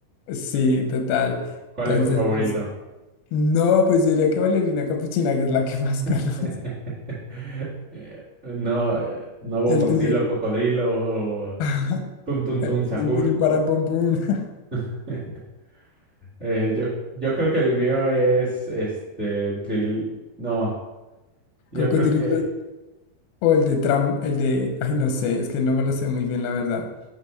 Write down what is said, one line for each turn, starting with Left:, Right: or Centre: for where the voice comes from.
Left: Sí, total.
Right: ¿cuál
Left: Entonces,
Right: es tu favorito?
Left: pues, no, pues yo diría que ballerina capuchina, que es la que más <laughs> conozco,
Right: <laughs> Eh, No, eh, no bombardilo,
Left: y el tuyo.
Right: cocodrilo o
Left: <laughs>
Right: tun tun
Left: El
Right: tun sahur.
Left: tin, tirin, param, pum, pum, <laughs>
Right: <laughs> Eh, yo, yo creo que el mío es este tril. No, yo
Left: coco,
Right: creo
Left: tirillo,
Right: que
Left: o el de tram, el de, ay, no sé, es que no me lo sé muy bien, la verdad.